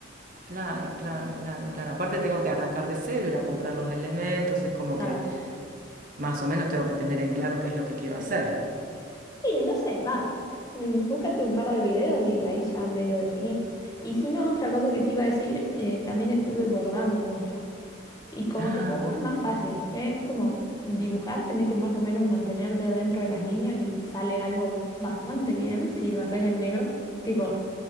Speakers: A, on the right; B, on the left.
A: claro, claro, claro, claro. Aparte tengo que arrancar de cero, ir a comprar los elementos, es como
B: Claro.
A: que más o menos tengo que tener en claro qué es lo que quiero hacer.
B: Sí, no sé, va. Mm, Búscate un par de videos y ahí ya medio definís. Y si no, otra cosa que te iba a decir, eh, también estuve bordando mucho. Y como
A: Ah,
B: que el bordo
A: borda.
B: es más fácil, ¿eh? Es como dibujar, tenés que más o menos mantenerte adentro de las líneas y sale algo bastante bien si lo haces en negro. Tipo,